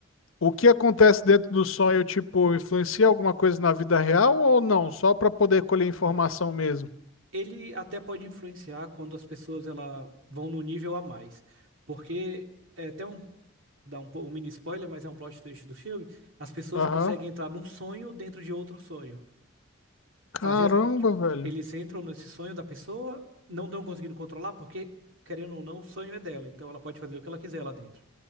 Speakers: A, on the left (about 80°); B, on the right (about 75°).
A: O que acontece dentro do sonho, tipo, influencia alguma coisa na vida real ou não? Só para poder colher informação mesmo.
B: Ele até pode influenciar quando as pessoas ela, vão no nível a mais, porque é até um, dá um, po- um mini spoiler, mas é um plot twist do filme, as pessoas
A: Aham.
B: conseguem entrar num sonho dentro de outro sonho.
A: Caramba,
B: Fazer as, tipo,
A: velho.
B: eles entram nesse sonho da pessoa, não estão conseguindo controlar, porque, querendo ou não, o sonho é dela. Então ela pode fazer o que ela quiser lá dentro.